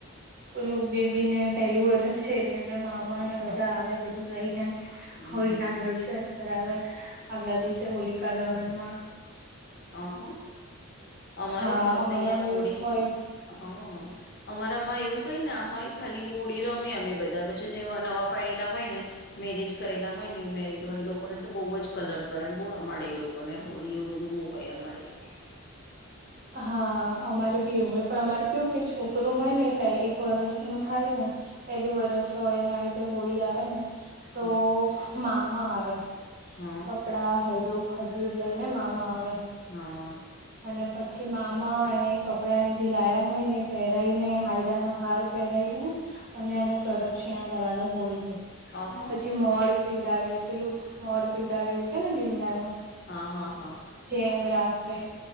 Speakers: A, on the right; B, on the left.
A: ઓલું બેબીને પહેલું વરસ છે એટલે એમના મામાને બધા આવે બધું લ‌ઈને
B: હમ
A: હોળીના
B: હમ
A: દર્શન કરાવે આગલા દિવસે હોલિકા દહનમાં.
B: આહા! અમારે
A: હા
B: સરસ
A: અમારામાં
B: અહિયાં હોડી
A: એવું હોય
B: હઅ. અમારામાં એવું ક‌ં‌ઈના હોય ખાલી હોળી રમીએ અમે બધા પછી નેવા નવા પયણેલા હોયને મેરેજ કરેલા હોય ન્યુ મેરિડ હોય એ લોકોને તો બહુ જ કલર કરે એમ બો રમાળે એ લોકોને હોળી. એવું બધું બહુ હોય અમારેં અહીયાં.
A: હા અમારે બી એવું હોય પણ અમારે કેવુ કે છોકરું હોયને તો એક વરષનું થાય ને પેલું વરષ હોય અને આવી રીતે હોળી આવેને તો
B: હા
A: મામા આવે
B: હા
A: કપડા, હાયડો ખજૂર લઈને મામા આવે.
B: હા.
A: અને પછી છી મામા એને કપડાને જે લાયા હોયને પહેરાઈને હાયડાનો હાર પહેરાઈને અને એને પ્રદક્ષિણા કરાવે હોળીની.
B: અહ
A: પછી મોર પીવડાવે. પેલું મોર પીવડાવે એવું કહીએ ને લીમડાનું.
B: હા હા હા..
A: જેમ રાખે